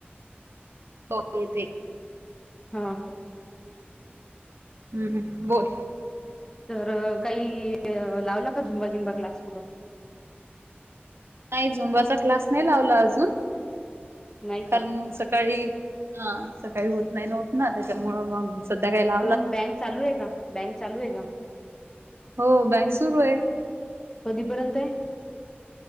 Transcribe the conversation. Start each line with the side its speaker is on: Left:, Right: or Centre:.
Right: हो मी ते....
Left: हा...
Right: हूं. हूं. बोल
Left: तर काही लावला का झुंबा झिंबा क्लास कुठं?
Right: नाही झुंबाचा क्लास नाही लावला अजून,
Left: नाही
Right: कारण
Left: का
Right: मगं सकाळी हा सकाळी होत नाही ना उठणं त्याच्यामुळं मग, सध्या काही ला
Left: तर मग बँक चालू आहे का, बँक चालू आहे का?
Right: हो बँंक सूरू आहे.
Left: कधीपर्यंत आहे?